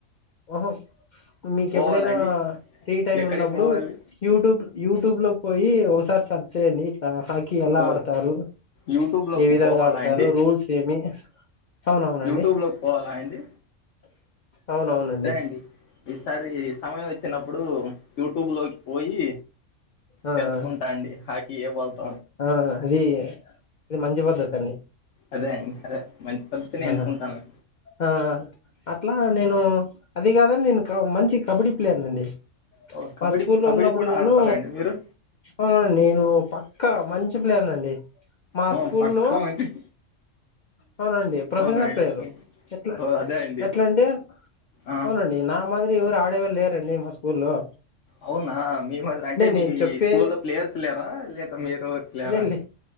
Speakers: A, on the left; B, on the left.
A: హో మీకెప్పుడైనా
B: పోవాలండి
A: ఫ్రీ టైమ్
B: ఎక్కడికి
A: ఉన్న ప్పుడు
B: పోవాలి
A: యూట్యూబ్ యూట్యూబ్ లో పోయి ఒకసారి సర్చ్ చేయండి ఇట్లా హాక్ కి ఎలా
B: ఓ
A: ఆడతారు
B: యూట్యూబ్ లోకి
A: ఏ విధంగా
B: పోవాలా
A: ఆడతారు
B: అండి
A: రూల్స్ ఏమి అవునవునండి
B: యూట్యూబ్ లోకి పోవాలా అండి
A: అవునవునండి
B: సరే అండి ఈసారి సమయం వచ్చినప్పుడు యూట్యూబ్ లోకి పోయి
A: ఆ
B: తెలుసుకుంటా
A: ఆ
B: అండి హకీ ఏ బల్త
A: ఆ అది అది మంచి పద్ధతి అండి
B: అదే అదే మంచి పద్ధతినే
A: ఆ
B: ఎంచుకుంటాను
A: ఆ అట్లా నేను అది కాదండి నేను మంచి కబడ్డీ ప్లేయర్ అండి
B: ఓ కబడ్డీ
A: మా స్కూల్ లో
B: కబడ్డీ
A: ఉన్నప్పుడు
B: కూడా
A: నేను
B: ఆడతారా అండి మీరు
A: అవునండి నేను పక్కా మంచి ప్లేయర్నండి మా
B: ఆ,
A: స్కూల్
B: పక్కా
A: లో
B: మంచి
A: అవునండి ప్రొఫెషనల్
B: అవునా అండి
A: ప్లేరు ఎట్లా
B: ఓ అదే అండి
A: ఎట్లాంటే
B: ఆ
A: అవునండి నా మాదిరి ఇవరు ఆడేవళ్ళ లేరండి మా స్కూల్లో
B: అవునా మీ మాదిరి అంటే మీ
A: నేను చెప్పేది
B: స్కూల్ లో ప్లేయర్స్ లేరా లేక మీరు ప్లేరా
A: లే లే